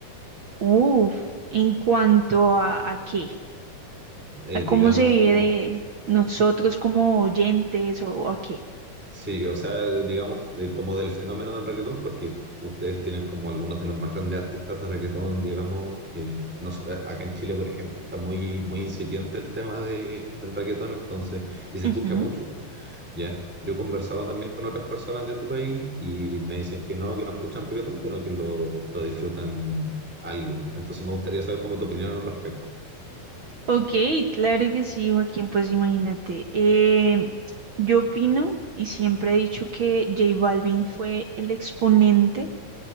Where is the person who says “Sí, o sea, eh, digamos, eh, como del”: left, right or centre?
Centre